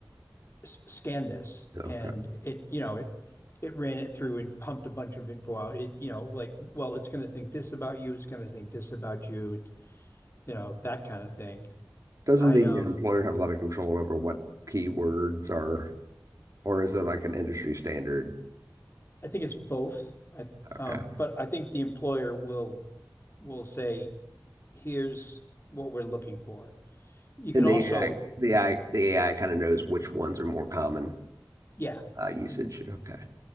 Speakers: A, on the left; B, on the right.
A: s- scan this?
B: Okay.
A: And it, you know, it it ran it through and pumped a bunch of info out. It, you know, like, well, it's going to think this about you. It's going to think this about you. It's, you know, that kind of thing.
B: Doesn't
A: I
B: the
A: um.
B: employer have a lot of control over what keywords are, or is there like an industry standard?
A: I think it's both. I um,
B: Okay.
A: but I think the employer will will say, here's what we're looking for. You
B: And
A: can also,
B: the AI, the AI, the AI kind of knows which ones are more common
A: yeah.
B: uh, usage. Okay.